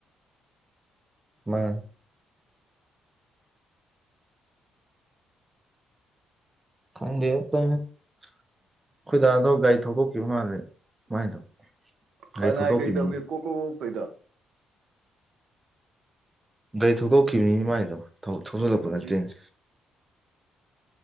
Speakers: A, on the right (about 15°); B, on the right (about 70°).
A: ꯃꯥ ꯈꯪꯗꯦ ꯑꯩꯈꯣꯏꯗꯥꯗꯣ ꯒꯥꯔꯤ ꯊꯧꯗꯣꯛꯈꯤꯕ ꯃꯥꯜꯂꯦ ꯃꯥꯏꯗꯣ
B: ꯈꯅꯥꯏ
A: ꯒꯥꯔꯤ ꯊꯧꯗꯣꯛꯈꯤꯕꯅꯤ
B: ꯀꯩꯗꯧꯒꯦ ꯀꯣꯛ ꯀꯣꯛ ꯀꯣꯛꯇꯣꯏꯗꯣ
A: ꯒꯥꯔꯤ ꯊꯧꯗꯣꯛꯈꯤꯕꯅꯤ ꯃꯥꯏꯗꯣ ꯊꯧꯤꯜꯂꯛꯄ ꯅꯠꯇꯦꯅꯦ
B: ꯎꯝ